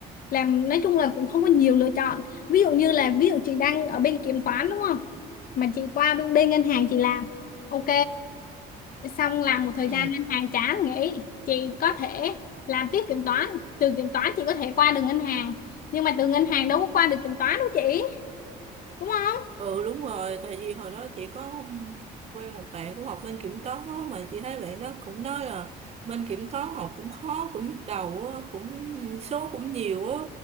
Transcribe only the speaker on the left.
làm nói chung là cũng không có nhiều lựa chọn ví dụ như là ví dụ chị đang ở bên kiểm toán đúng không mà chị qua bên, bên ngân hàng chị làm ok xong làm một thời
gian ngân hàng chán nghỉ chị có thể làm tiếp kiểm toán từ kiểm toán chị có thể qua được ngân hàng nhưng mà từ ngân hàng đâu có qua được kiểm toán đâu chị đúng không